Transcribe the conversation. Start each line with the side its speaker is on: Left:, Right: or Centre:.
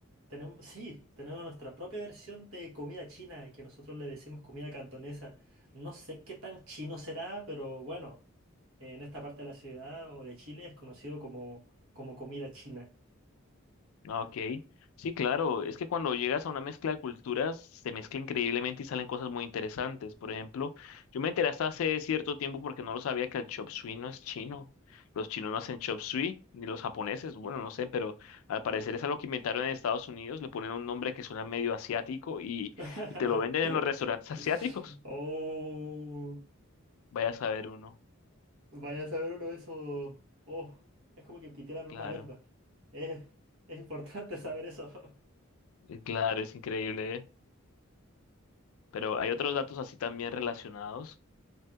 Right: tenemos, sí, tenemos nuestra propia versión de comida china, que nosotros le decimos comida cantonesa. No sé qué tan chino será, pero bueno, en esta parte de la ciudad o de Chile es conocido como, como comida china.
Left: Ah, Ok, sí, claro, es que cuando llegas a una mezcla de culturas se mezcla increíblemente y salen cosas muy interesantes. Por ejemplo, yo me enteré hasta hace cierto tiempo porque no lo sabía que el chop suey no es chino. Los chinos no hacen chop suey, ni los japoneses, bueno, no sé, pero al parecer es algo que inventaron en Estados Unidos, le ponen un nombre que suena medio asiático y,
Right: <laughs>
Left: y te lo venden en los restaurantes <laughs> asiáticos.
Right: Oh.
Left: Vaya a saber uno,
Right: Vaya a saber uno de esos. Oh, es como que me quitaran
Left: claro,
Right: una venda. Es, es importante saber
Left: sí,
Right: eso. <laughs>
Left: Eh, claro, es increíble, ¿eh? Pero hay otros datos así también relacionados.